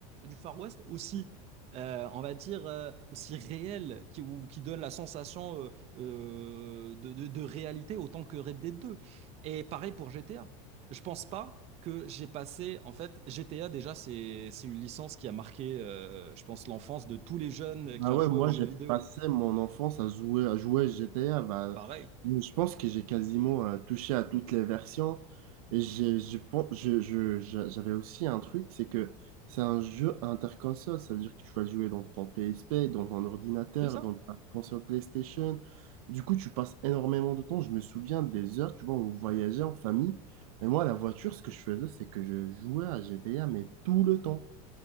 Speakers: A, on the right; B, on the right.
A: du Far West aussi, euh, on va dire, euh, aussi réel qui, ou qui donne la sensation euh, euh, de, de- de réalité autant que Red Dead 2. Et pareil pour GTA. Je pense pas que j'ai passé, en fait, GTA déjà, c'est c'est une licence qui a marqué, euh, je pense, l'enfance de tous les jeunes
B: Bah
A: qui ont
B: ouais,
A: joué
B: moi
A: aux jeux
B: j'ai
A: vidéo.
B: passé mon enfance à jouer à jouer à GTA. Bah,
A: Pareil,
B: je pense que j'ai quasiment euh, touché à toutes les versions. Et j'ai, je pense, je, je- je- j'avais aussi un truc, c'est que c'est un jeu interconsole. Ça veut dire que tu vas jouer dans ton PSP, dans ton ordinateur,
A: c'est ça.
B: dans ta console PlayStation. Du coup, tu passes énormément de temps. Je me souviens des heures, tu vois, où on voyageait en famille. Et moi, la voiture, ce que je faisais, c'est que je jouais à GTA, mais tout le temps.